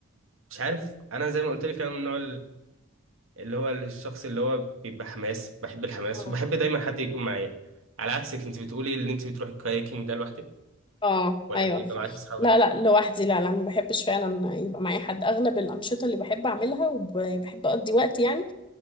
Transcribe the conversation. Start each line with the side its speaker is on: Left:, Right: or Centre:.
Right: مش عارف انا زي ما قلت لك انا من النوع اللي هو الشخص اللي هو بيبقى حماس بحب الحماس
Left: اه
Right: وبحب دايما حد يكون معايا على عكسك انت بتقولي ان انت بتروحي الكاياكينج ده لوحدك
Left: اه
Right: ولا
Left: ايوه
Right: بيبقى
Left: فعلا
Right: معاك اصحابك
Left: لا لا لوحدي لا لا ما بحبش فعلا يبقى معايا حد اغلب الانشطه اللي بحب اعملها وبحب اقضي وقت يعني